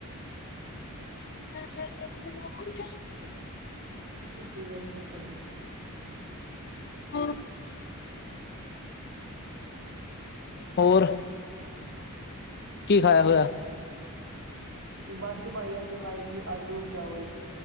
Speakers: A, on the left (about 50°); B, on the right (about 85°).
A: ਅੱਛੱਛ <unintelligible> <unintelligible>
B: ਅਸੀਂ ਬੈਠੇ ਭਾਜੀ
A: ਹੁ ਹੋਰ, ਕੀ ਖਾਇਆ ਹੋਇਆ।
B: ਬਸ ਭਾਈ ਅੱਜ ਖਾਏ ਸੀ ਆਲੂ- ਚਾਵਲ